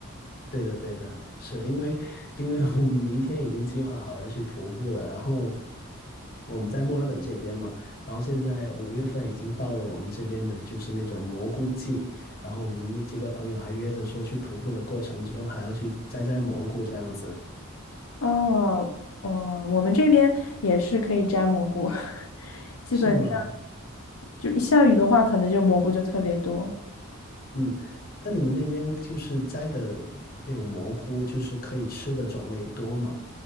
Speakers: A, on the left (about 45°); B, on the left (about 85°).
A: 对的，对的，是因为因为我们明天已经计划好要去徒步了，然后我们在墨尔本这边嘛，然后现在五月份已经到了我们这边的就是那种蘑菇季，然后我们那几个朋友还约着说去徒步的过程中还要去摘摘蘑菇这样子，
B: 哦，哦，我们这边也是可以摘蘑菇，<laughs> 基本上
A: 是吗？
B: 就一下雨的话，可能就蘑菇就特别多，
A: 嗯，那你们那边就是摘的那种蘑菇，就是可以吃的种类多吗？